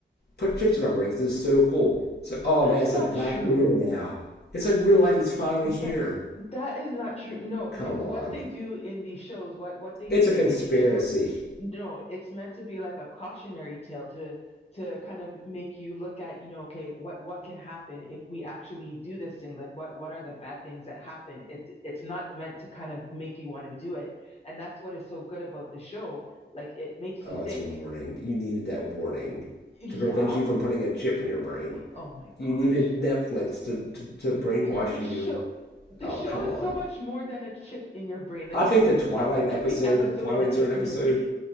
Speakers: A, on the left; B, on the left.
A: put chips in our brains. This is so cool. It's like, oh
B: That's
A: man, it's
B: not
A: like Black
B: true.
A: Mirror now. It's like real life is finally here.
B: That that is not true. No, because
A: Come on.
B: what they do in these shows, what what they do
A: It's
B: in,
A: a conspiracy.
B: in these shows, no, it's meant to be like a cautionary tale to to kind of make you look at, you know, okay, what what can happen if we actually do this thing? Like what what are the bad things that happen? It's it's not meant to kind of make you want to do it. And that's what is so good about the show. Like it makes
A: Oh,
B: you
A: it's
B: think.
A: a warning. You needed that warning
B: Yeah.
A: to prevent you from putting a chip in your brain.
B: Oh my gosh.
A: You needed Netflix to, to, to brainwash
B: th- this
A: you.
B: show the
A: Oh,
B: show
A: come
B: is
A: on.
B: so much more than a chip in your brain. Like
A: I think
B: your
A: the Twilight
B: ev- every
A: episode,
B: episode
A: Twilight
B: is a chip
A: Zone episode,
B: in your brain.